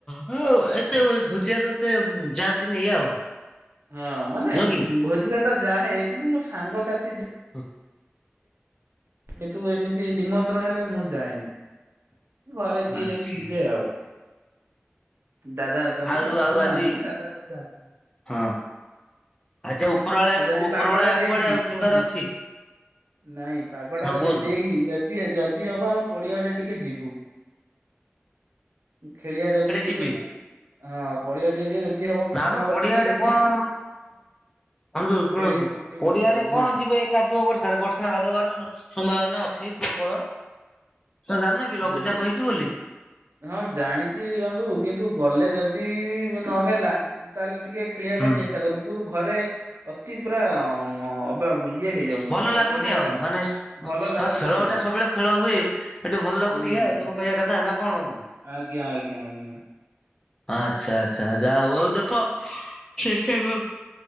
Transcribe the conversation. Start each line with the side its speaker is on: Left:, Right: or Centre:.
Left: ହୋ ଆଉ ଏତେ ଭୋଜିଆ ତ ଏତେ ଯାଆନ୍ତିନି ଏୟା ଆଉ।
Right: ହଁ ମାନେ
Left: ନୁହଁ କି?
Right: ଭୋଜିି ଭାତ ଯାହେ କିନ୍ତୁ ମୁ ସାଙ୍ଗସାଥି ଯ
Left: ହୁଁ।
Right: କିନ୍ତୁ ଏମିତି ନିମନ୍ତ୍ରଣ ହେଲେ ମୁଁ ଯାଏନି ଘରେ କିଏ
Left: ଆଚ୍ଛା
Right: ଯଦି ଯିବେ ଆଉ। ଦାଦା ଅଛନ୍ତି।
Left: ଆଉ
Right: ବାପା
Left: ଆଉ
Right: ତ ଯାଆନ୍ତିନି।
Left: ଆଜି
Right: ଦାଦା, ଖୁଡି ଯାନ୍ତି।
Left: ହଁ ଆଜି ଉପରବେଳା
Right: ଆଉ ଯଦି
Left: ଉପରବେଳା
Right: ପାଗ ଟା ଦେଇଚି,
Left: କୁଆଡେ ଆଉ
Right: ଶୁନୁଚି
Left: ଯିବାର ଅଛି
Right: ନାଇଁ ପାଗଟା
Left: ହଁ
Right: ତ
Left: କୁହନ୍ତୁ
Right: ଯଦି ଦେଇି ଯେ ଯଦି ହବ ଆମେ ପଡିଆଟେ ଟିକେ ଯିବୁ? ଖେଳିବା ଯଦି ଟିକେ
Left: ଯିବେ?
Right: ହଁ ପଡିଆ ଟିକେ ଯିବା ଯଦି ହବ ଫାଙ୍କା
Left: ନାମ
Right: ହବ
Left: ପଡିଆ
Right: ଟିକେ
Left: ଆଡେ
Right: ଯଦି
Left: କଣ? ବନ୍ଧୁ ଶୁଣନ୍ତୁ
Right: ଖେଳି ହବ ଟିକେ
Left: ପଡିଆଡେ
Right: ମତେ ଲାଗୁଛି
Left: କଣ ଯିବେ କାଦୁଅ ବର୍ଷାରେ ବର୍ଷା ହବବାର ସମ୍ଭାବନା ଅଛି ପ୍ରବଳ। ତମେ ଜାଣିନ
Right: ହଁ
Left: କି ଲଘୁଚାପ
Right: ଯଦି
Left: ହେଇଛି ବୋଲି।
Right: ହଁ ଜାଣିଚି ବନ୍ଧୁ କିନ୍ତୁ ଗଲେ ଯଦି ନହେଲା ତାହେଲେ ଟିକେ ଖେଳିବା
Left: ହୁଁ
Right: ପାଇଁ ଚେଷ୍ଟା କରିବୁ। କିନ୍ତୁ ଘରେ ଅତି ପୁରା ଅ ବା ଇଏ ହେଇଯାଉଚୁ।
Left: ଭଲ
Right: କଣ
Left: ଲାଗୁନି
Right: କହିଲେ
Left: ଆଉ
Right: ଏଇଟା,
Left: ମାନେ
Right: ଭଲ
Left: ହଁ
Right: ଲାଗୁନି
Left: ଖେଳ ଗୋଟା
Right: ଆଉ।
Left: ସବୁବେଳେ ଖେଳ ହୁଏ ହେଟି ଭଲ ଲାଗୁନି
Right: ହୁଁ
Left: ଏଇଆ ଆଉ ତମେ କହିବା କଥା ନା କଣ ବନ୍ଧୁ?
Right: ଆଜ୍ଞା, ଆଜ୍ଞା, ଆଜ୍ଞା।
Left: ଆଚ୍ଛା, ଆଚ୍ଛା ଯା ହଉ, ଆଉ ଦେଖ ଚେଷ୍ଟାକର।